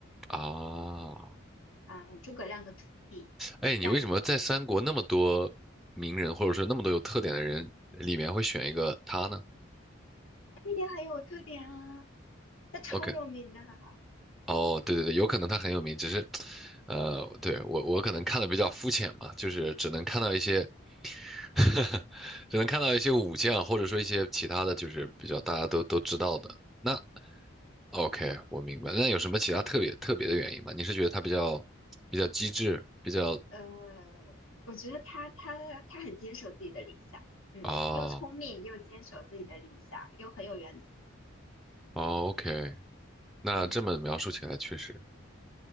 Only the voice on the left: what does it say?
啊、诸葛亮的徒弟。
但
那也很有特点啊，他超有名的啊
呃，我觉得他他他很坚守自己的理想，嗯，
又聪明又坚守自己的理想，又很有原则，
嗯，